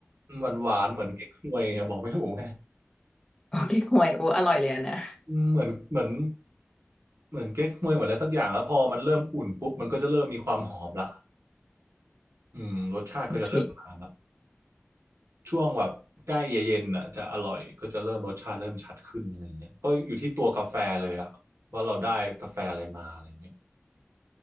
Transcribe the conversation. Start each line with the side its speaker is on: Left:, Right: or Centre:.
Right: หวานหวานเหมือนเก๊กฮวยอะบอกไม่ถูกไง
Left: โอเคห่วยโอ้อร่อยเลยอะนะ
Right: อืมเหมือนเหมือนเหมือนเก๊กฮวยเหมือนอะไรสักอย่างแล้วพอมันเริ่มอุ่นปุ๊บมันก็จะเริ่มมีความหอมละอืมรสชาติก็จะเริ่มมาละ
Left: โอเค
Right: ช่วงแบบใกล้เย็นๆอ่ะจะอร่อยก็จะเริ่มรสชาติเริ่มชัดขึ้นอะไรเงี้ยก็อยู่ที่ตัวกาแฟเลยอะว่าเราได้กาแฟอะไรมาอะไรเงี้ย